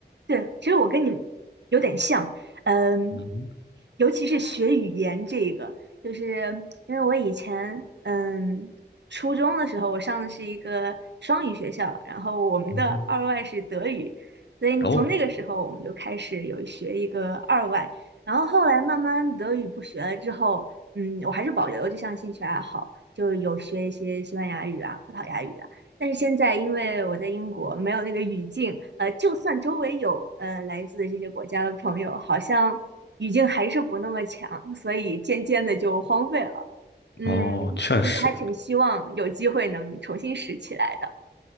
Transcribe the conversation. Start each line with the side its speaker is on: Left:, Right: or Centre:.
Right: 对，其实我跟你有点像，嗯，
Left: 嗯
Right: 尤其是学语言这个，就是因为我以前，嗯，初中的时候我上的是一个双语学校，然后我们的二外是德语，
Left: 嗯哼，
Right: 所以从那个时候我们就开始有学一个二外，
Left: 哦
Right: 然后后来慢慢德语不学了之后，嗯，我还是保留这项兴趣爱好，就有学一些西班牙语啊、葡萄牙语啊。但是现在因为我在英国，没有那个语境，呃，就算周围有呃来自这些国家的朋友，好像语境还是不那么强，所以渐渐的就荒废了。嗯，
Left: 哦，确实，
Right: 其实还挺希望有机会能重新拾起来的。